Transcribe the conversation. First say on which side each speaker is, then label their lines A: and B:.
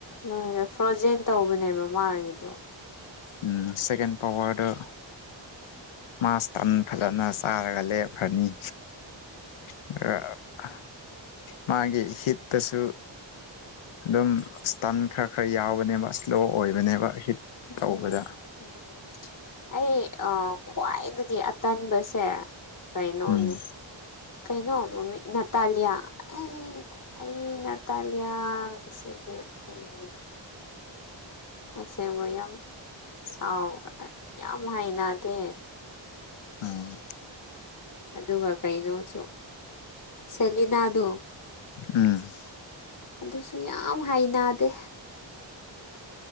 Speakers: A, on the left; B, on the left.
A: ꯂꯣꯏꯔꯦ ꯐ꯭ꯔꯣꯖꯦꯟ ꯇꯧꯕꯅꯦꯕ ꯃꯥꯒꯤꯗꯣ꯫
B: ꯎꯝ ꯁꯦꯀꯦꯟ ꯄꯧꯋꯥꯔꯗꯣ ꯃꯥ ꯁ꯭ꯇꯟ ꯐꯖꯅ ꯆꯥꯔꯒ ꯂꯦꯞꯈ꯭ꯔꯅꯤ꯫ <unintelligible> ꯃꯥꯒꯤ ꯍꯤꯠꯇꯁꯨ ꯑꯗꯨꯝ ꯏꯁꯇꯟ ꯈꯔ ꯈꯔ ꯌꯥꯎꯕꯅꯦꯕ ꯏꯁꯂꯣ ꯑꯣꯏꯕꯅꯦꯕ ꯍꯤꯠ
A: ꯎꯝ꯫
B: ꯇꯧꯕꯗ
A: ꯎꯝ ꯑꯩ ꯑꯥ ꯈ꯭ꯋꯥꯏꯗꯒꯤ ꯑꯇꯟꯕꯁꯦ ꯀꯩꯅꯣꯅꯦ
B: ꯎꯝ
A: ꯀꯩꯅꯣ ꯃꯃꯤꯡ ꯅꯥꯇꯥꯂꯤꯌꯥ ꯑꯦ꯫ ꯑꯩ ꯅꯥꯇꯥꯂꯤꯌꯥꯁꯤꯗꯤ ꯎꯝ ꯑꯁꯦꯡꯕ ꯌꯥꯝ ꯁꯥꯎ ꯌꯥꯝ ꯍꯩꯅꯗꯦ꯫
B: ꯎꯝ꯫
A: ꯑꯗꯨꯒ ꯀꯩꯅꯣꯁꯨ ꯁꯦꯂꯤꯅꯥꯗꯣ꯫
B: ꯎꯝ꯫
A: ꯑꯗꯨꯁꯨ ꯌꯥꯝ ꯍꯩꯅꯗꯦ꯫